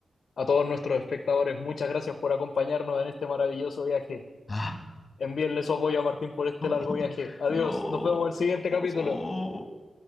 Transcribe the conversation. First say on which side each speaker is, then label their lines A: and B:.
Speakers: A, on the left; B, on the left.
A: A todos nuestros espectadores, muchas gracias por acompañarnos en este maravilloso viaje.
B: Ah,
A: Envíenle su apoyo a Martín por este
B: <laughs>
A: largo viaje. Adiós,
B: no.
A: nos vemos en el siguiente capítulo.
B: <laughs>